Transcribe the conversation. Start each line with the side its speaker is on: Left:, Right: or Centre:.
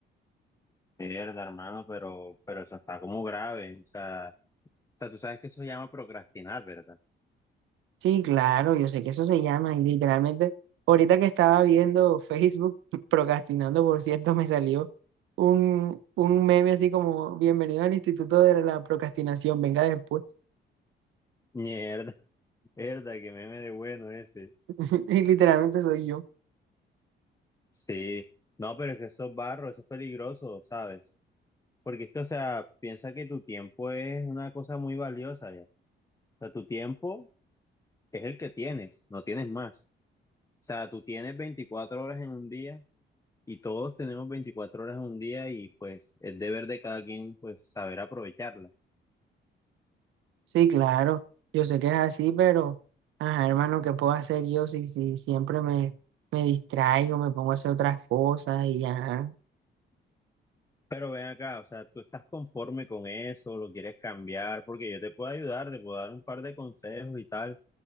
Left: De verdad, hermano, pero, pero eso está como grave. O sea, o sea, tú sabes que eso se llama procrastinar, ¿verdad?
Right: Sí, claro, yo sé que eso se llama y literalmente ahorita que estaba viendo Facebook, <laughs> procrastinando por cierto, me salió un, un meme así como bienvenido al Instituto de la Procrastinación, venga después.
Left: Mierda, <laughs> mierda, que meme de bueno ese.
Right: <laughs> Y literalmente soy yo.
Left: Sí. No, pero es que eso es barro, eso es peligroso, ¿sabes? Porque es que, o sea, piensa que tu tiempo es una cosa muy valiosa ya. O sea, tu tiempo es el que tienes, no tienes más. O sea, tú tienes 24 horas en un día y todos tenemos 24 horas en un día y pues es deber de cada quien pues saber aprovecharlas.
Right: Sí, claro, yo sé que es así, pero ajá, hermano, ¿qué puedo hacer yo si, si siempre me, me distraigo, me pongo a hacer otras cosas y ya?
Left: Pero ven acá, o sea, ¿tú estás conforme con eso? ¿Lo quieres cambiar? Porque yo te puedo ayudar, te puedo dar un par de consejos y tal,